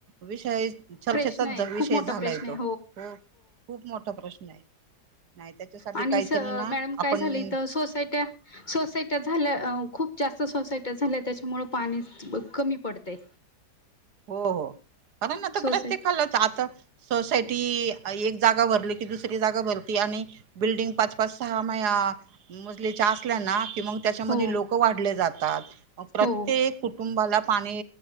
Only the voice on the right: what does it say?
विषय चर्चेचाच
विषय
झालाय
तो हो खूप मोठा प्रश्न आहे. नाही त्याच्यासाठी
काहीतरी ना
आपण
हो हो पण ना त
प्रत्येकाला आता सोसायटी, एक जागा भरली की दुसरी जागा भरती आणि बिल्डिंग पाच पाच सहा मजलेच्या असल्या ना किं त्याच्यामध्ये
लोक वाढले जातात म प्रत्येक
कुटुंबाला पाणी